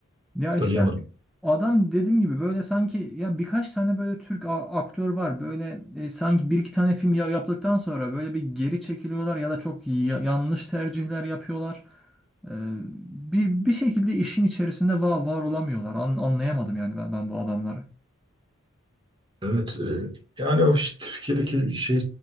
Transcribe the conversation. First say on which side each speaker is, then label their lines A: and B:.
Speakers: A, in the centre; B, on the right.
A: Ya
B: hatırlayamadım.
A: işte hani adam dediğim gibi böyle sanki ya birkaç tane böyle Türk a- aktör var. Böyle e, sanki bir iki tane film ya- yaptıktan sonra böyle bir geri çekiliyorlar ya da çok ya- yanlış tercihler yapıyorlar. Ee, bir bir şekilde işin içerisinde var, var olamıyorlar. An- anlayamadım yani ben, ben bu adamları.
B: Evet e, yani o işte Türkiye'deki şey